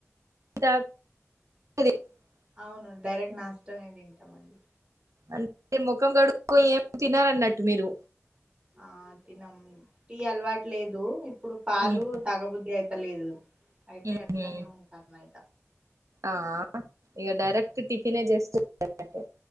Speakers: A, on the right (about 85°); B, on the right (about 25°).
A: <unintelligible>
B: అవును డైరెక్ట్ నాష్ట నే తింటామ అండి
A: అంటే ముఖం కడుక్కొ ఏం తినారన్నట్టు మీరు
B: ఆ తినం టీ అలవాటు లేదు ఇప్పుడు పాలు
A: ఉమ్,
B: తగబుద్ధి అయిత లేదు అయితే
A: ఉమ్హు.
B: అట్లనే ఉంటన్నాయి
A: ఆ ఇగ డైరెక్ట్ టిఫినే చేస్తునానండి